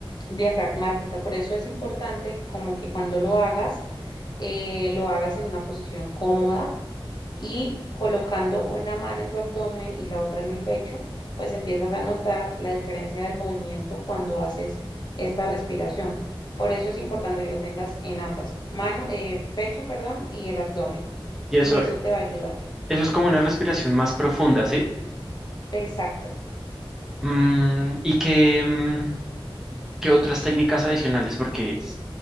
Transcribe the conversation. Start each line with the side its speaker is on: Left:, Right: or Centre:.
Left: diafragmática. Por eso es importante como que cuando lo hagas, eh, lo hagas en una posición cómoda y colocando una mano en tu abdomen y la otra en el pecho, pues empiezas a notar la diferencia del movimiento cuando haces esta respiración. Por eso es importante que lo tengas en ambas, mano, eh, pecho, perdón, y el abdomen.
Centre: Y
Left: Y
Centre: eso,
Left: eso te va a ayudar.
Centre: eso es como una respiración más profunda, ¿sí?
Left: Exacto.
Centre: Mm, ¿y qué, mm, qué otras técnicas adicionales? Porque s-